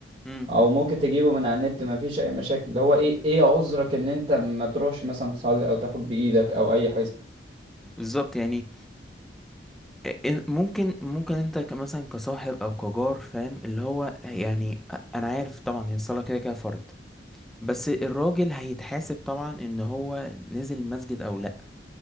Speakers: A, in the centre; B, on the right.
A: امم
B: او ممكن تجيبه من على النت مفيش اي مشاكل اللي هو ايه ايه عذرك ان انت ما تروحش مثلا تصلي او تاخد بايدك او اي حاجة
A: بالظبط يعني إن- ممكن ممكن انت ك- مثلا كصاحب او كجار فاهم اللي هو يعني أ- انا عارف طبعا هي الصلاة كده كده فرض بس الراجل هيتحاسب طبعا ان هو نزل المسجد او لا